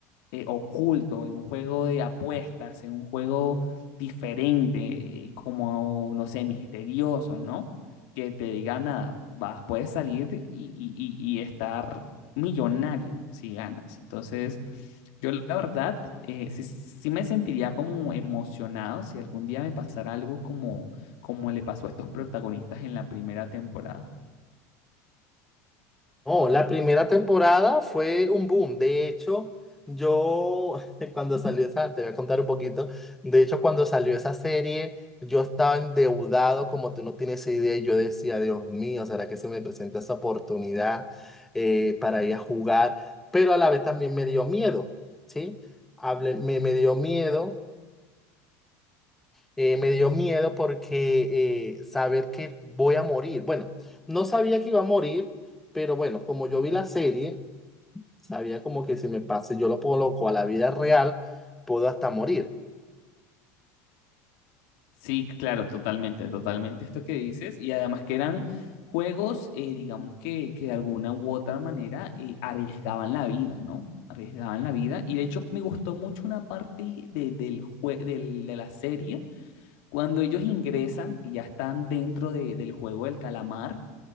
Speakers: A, on the left (about 60°); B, in the centre.
A: eh, oculto, en un juego de apuestas, en un juego diferente, eh, como, no sé, misterioso, ¿no? Que te diga nada, vas, puedes salir y, y- y- y estar millonario si ganas. Entonces, yo la verdad, eh, sí, sí me sentiría como emocionado si algún día me pasara algo como, como le pasó a estos protagonistas en la primera temporada.
B: Oh, la primera temporada fue un boom. De hecho, yo <laughs> cuando salió esa, te voy a contar un poquito. De hecho, cuando salió esa serie, yo estaba endeudado como tú no tienes idea. y Yo decía, Dios mío, ¿será que se me presenta esa oportunidad eh, para ir a jugar? Pero a la vez también me dio miedo, ¿sí? Hablé- me, me dio miedo eh, me dio miedo porque eh, saber que voy a morir. Bueno, no sabía que iba a morir, pero bueno, como yo vi la serie, sabía como que si me pase, yo lo coloco a la vida real, puedo hasta morir.
A: Sí, claro, totalmente, totalmente esto que dices. Y además que eran juegos, eh, digamos que, que de alguna u otra manera eh, arriesgaban la vida, ¿no? Arriesgaban la vida. Y de hecho me gustó mucho una parte de, del jue- del- de la serie, cuando ellos ingresan, que ya están dentro de- del juego del calamar,